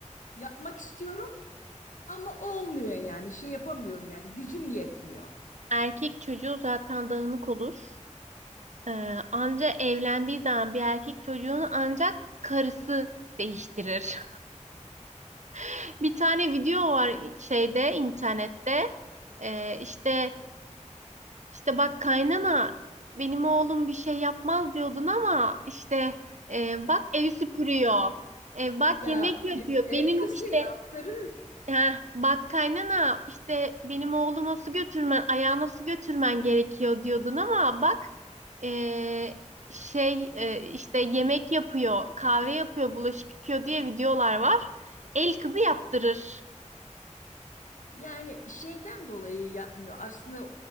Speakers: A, on the left; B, on the right.
A: Yapmak istiyorum ama olmuyor yani. Şey yapamıyorum yani gücüm yetmiyor.
B: Erkek çocuğu zaten dağınık olur. Ee, anca evlendiği zaman bir erkek çocuğunu ancak karısı değiştirir. <laughs> Bir tane video var şeyde internette. Ee, işte işte bak kaynana benim oğlum bir şey yapmaz diyordun ama işte e, bak evi süpürüyor. E, bak
A: Ya
B: yemek yapıyor.
A: <laughs> el
B: Benim
A: kızı
B: işte
A: yaptırır.
B: Heh, bak kaynana işte benim oğluma su götürmen, ayağına su götürmen gerekiyor diyordun ama bak eee, şey eee, işte yemek yapıyor, kahve yapıyor, bulaşık yıkıyor diye videolar var. El kızı yaptırır.
A: Yani şeyden dolayı yapmıyor. Aslında